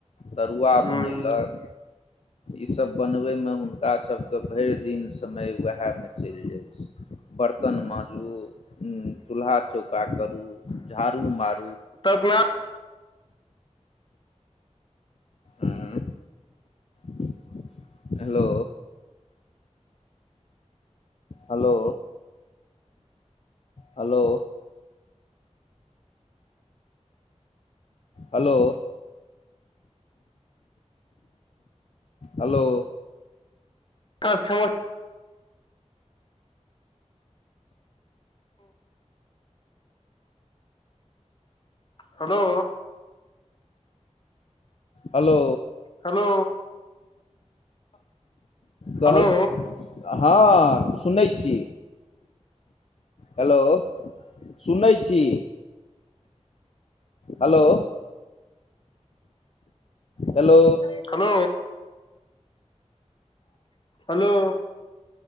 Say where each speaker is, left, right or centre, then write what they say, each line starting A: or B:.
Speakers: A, on the left; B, on the left.
A: तरुआ
B: हूँ
A: बनैलक ईसभ बनबैमे हुनकासभ के भरि दिन समय उएह मे चलि जाइ छै बर्तन माजू चूल्हा चौका करू झाड़ू मारू
B: तबना <unintelligible>
A: आँ <unintelligible> hello hello hello hello hello
B: क समस <unintelligible> हेलो
A: हेलो
B: हेलो
A: कहल
B: हेलो
A: हँ सुनै छी हेलो सुनै छी hello hello
B: hello hello